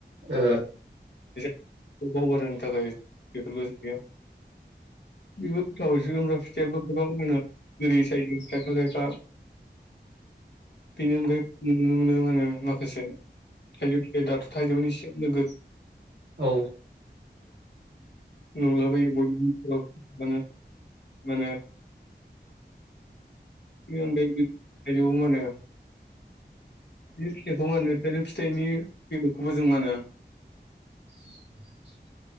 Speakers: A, on the right; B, on the left.
A: ओ
B: बे बावगारहोनो थाखाय बेफोरबो जायो बेबो गोथाव एसे गोमब्रा जेवबो गोबां मोनो बुरै सायो खायफा खायफा बेनि अनगायै नुनो मोनो मानो माखासे थाइजौ बे दाथ थाइजौनि नोगद
A: औ
B: नुलाबयो बयनियाव मानो बेनि अनगायैबो थाइजौ मानो बे फिथाइखौ मा होनो थाइजौ फिथाइनि बेलेगखौबो जों माहोनो
A: <inaudible>